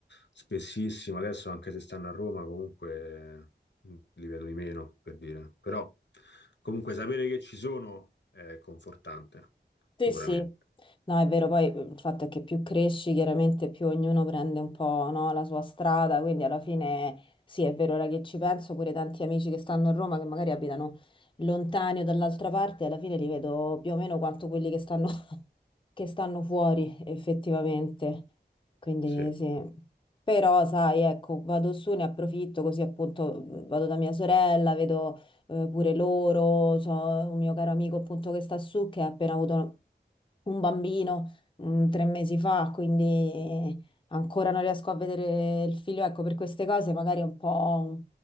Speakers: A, on the left; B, on the left.
A: spessissimo, adesso anche se stanno a Roma comunque eh, li vedo di meno, per dire. Però comunque sapere che ci sono è confortante,
B: Sì,
A: sicuramente.
B: sì, no, è vero, poi mhmm, il fatto è che più cresci, chiaramente più ognuno prende un po', no, la sua strada, quindi alla fine sì, è vero, ora che ci penso, pure tanti amici che stanno a Roma, che magari abitano lontani o dall'altra parte, alla fine li vedo più o meno quanto quelli che stanno che stanno fuori effettivamente. Quindi
A: Sì.
B: sì. Però, sai, ecco, vado su, ne approfitto così appunto mh, vado da mia sorella, vedo eh, pure loro, c'ho un mio caro amico appunto che sta su che ha appena avuto un bambino mh, tre mesi fa, quindi ancora non riesco a vedere il figlio. Ecco, per queste cose magari è un po'